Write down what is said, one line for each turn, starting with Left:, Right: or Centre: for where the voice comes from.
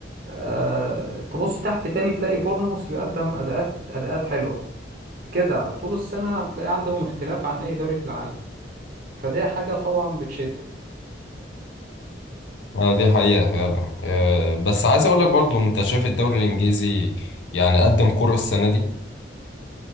Right: أه تبص تحت تاني تلاقي بورنموث بيقدم اداءات اداءات حلوه كده طول السنه هتلاقي عندهم اختلاف عن اي دوري في العالم فدي حاجه طبعا بتشد
Left: آه، دي حقيقة فعلا آه، بس عايز اقول لك برضو انت شايف الدوري الانجليزي يعني قدم كرة السنة دي